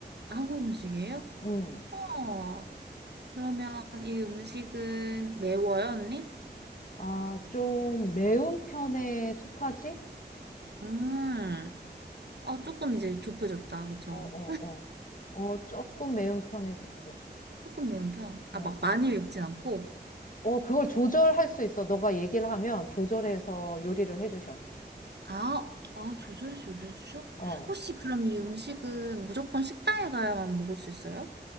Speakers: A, on the right (about 70°); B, on the left (about 50°).
A: 한국 음식이에요?
B: 음.
A: 어, 그러면 이 음식은 매워요, 언니?
B: 아, 좀 매운 편에 속하지?
A: 음, 어, 조금 이제 좁혀졌다, 그쵸?
B: 어, 어, 어. 어, 조금 매운 편에 속해.
A: 조금 매운 편. 아,
B: 어.
A: 막 많이 맵진 않고.
B: 어, 그걸 조절할 수 있어. 너가 얘기를 하면 조절해서 요리를 해주셔.
A: 아, 아, 조절해서 요리해 주셔?
B: 어.
A: 혹시 그럼 이 음식은 무조건 식당에 가야만 먹을 수 있어요?